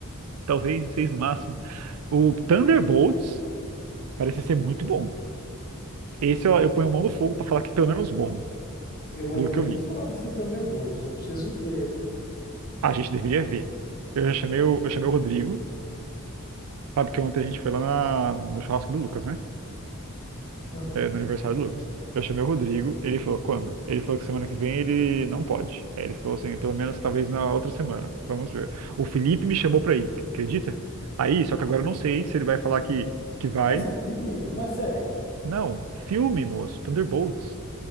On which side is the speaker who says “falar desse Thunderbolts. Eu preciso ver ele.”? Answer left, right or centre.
Left